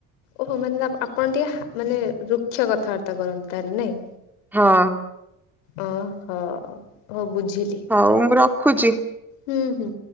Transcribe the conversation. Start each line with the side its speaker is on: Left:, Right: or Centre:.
Left: ଓହୋ ମାନେ ଆପଣ ଟିକେ ମାନେ ରୁକ୍ଷ କଥାବାର୍ତ୍ତା କରନ୍ତି ତାହେଲେ ନାଇଁ?
Centre: ହଁ।
Left: ଓହ ହଉ ବୁଝିଲି।
Centre: ହଉ ମୁଁ ରଖୁଛି।
Left: ହୁଁ ହୁଁ।